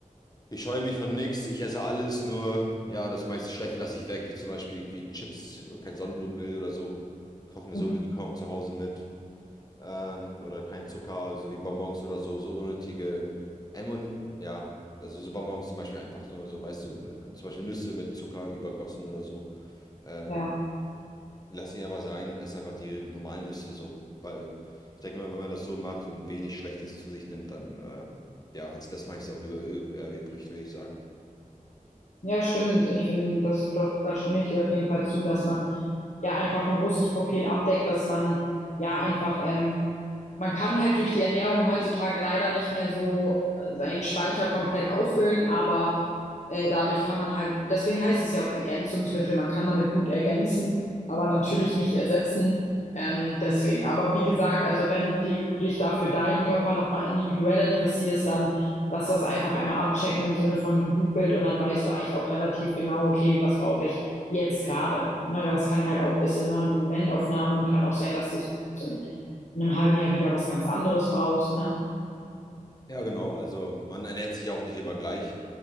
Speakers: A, on the left; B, on the left.
A: ich scheue mich von nichts, ich esse alles, nur ja, das meiste Schlechte lasse ich weg, wie zum Beispiel irgendwie Chips, kein Sonnenblumenöl oder so. Kochen wir
B: Mhm.
A: sowieso kaum zu Hause mit. ähm, oder kein Zucker, so wie Bonbons oder so, so unnötige M ja, also so Bonbons zum Beispiel einfach nur so, weißt du, zum Beispiel Nüsse mit Zucker übergossen oder so. Ähm,
B: Ja.
A: lass sie einfach sein und ess einfach die normalen Nüsse so, weil ich denke mal, wenn man das so macht und wenig Schlechtes zu sich nimmt, dann äh, ja, hat sich das meiste auch über, üb- erübrigt, würde ich sagen.
B: Ja, stimmt. Ich finde, das, das, da stimme ich dir auf jeden Fall zu, dass man ja einfach ein großes Profil abdeckt, dass man ja einfach, ähm, man kann halt durch die Ernährung heutzutage leider nicht mehr so äh, seinen Speicher komplett auffüllen, aber äh, dadurch kann man halt, deswegen heißt es ja auch Ergänzungsmittel, man kann damit gut ergänzen, aber natürlich nicht ersetzen. Ähm, deswegen, aber wie gesagt, also wenn die, du dich da für deinen Körper nochmal individuell interessierst, dann lass das einfach einmal abchecken im Sinne von einem Blutbild und dann weißt du eigentlich auch relativ genau, okay, was brauche ich jetzt gerade. Ne? Weil es kann halt auch, ist immer eine Momentaufnahme und kann auch sein, dass du es in, in einem halben Jahr wieder was ganz anderes brauchst. Ne?
A: Ja, genau, also man ernährt sich auch nicht immer gleich.